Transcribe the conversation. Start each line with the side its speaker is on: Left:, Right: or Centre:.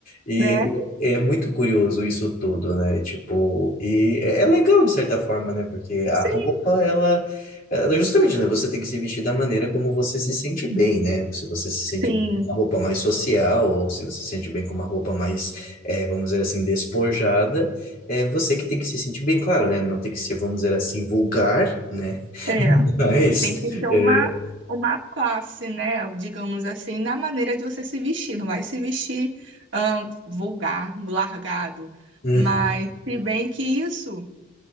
Left: E
Right: né?
Left: é é muito curioso isso tudo, né? Tipo, e é é legal de certa forma, né? Porque a
Right: Sim,
Left: roupa, ela, ela- justamente, né? Você tem que se vestir da maneira como você se sente bem, né? Se você se sente
Right: sim.
Left: bem com uma roupa mais social, ou se você se sente bem com uma roupa mais, eh, vamos dizer assim, despojada, é você que tem que se sentir bem, claro, né? Não tem que ser, vamos dizer assim, vulgar, né? <laughs>
Right: É,
Left: Mas,
Right: tem que ser uma,
Left: é,
Right: uma classe, né? Digamos assim, na maneira de você se vestir. Não vai se vestir ahn, vulgar, largado.
Left: uhum,
Right: Mas, se bem que isso,